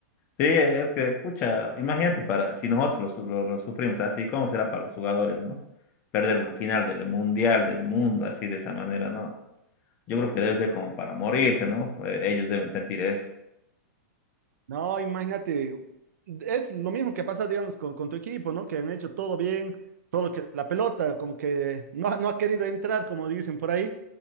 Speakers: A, on the left; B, on the right.
A: Sí, es que, pucha, imagínate para, si nosotros lo, su- lo- lo sufrimos así, ¿cómo será para los jugadores, no? Perder una final del Mundial, del mundo, así de esa manera, ¿no? Yo creo que debe ser como para morirse, ¿no? Eh, ellos deben sentir eso.
B: No, imagínate, es lo mismo que pasa, digamos, con, con tu equipo, ¿no? Que han hecho todo bien, solo que la pelota como que no, ha- no ha querido entrar, como dicen por ahí,